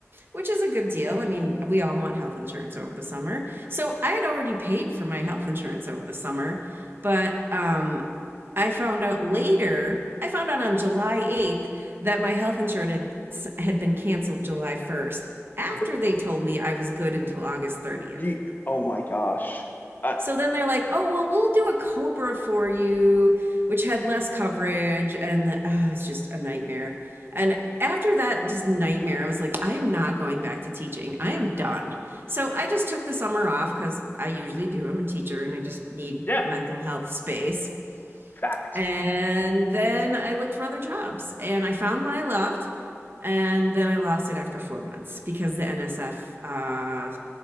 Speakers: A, on the right; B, on the left.
A: which is a good deal i mean we all want health insurance over the summer so i had already paid for my health insurance over the summer but um, i found out later i found out on july 8th that my health insurance had been canceled july 1st after
B: What
A: they told me i was good until august 30th
B: you oh my gosh. Uh
A: so then they're like, "Oh, well, we'll do a Cobra for you," which had less coverage, and the, oh, it's just a nightmare. And after that, just nightmare. I was like, "I am not going back to teaching. I am done." So I just took the summer off because I usually do. I'm a teacher, and I just need
B: yeah,
A: mental health space.
B: fact.
A: And then I looked for other jobs, and I found one I loved, and then I lost it after four months because the NSF uh,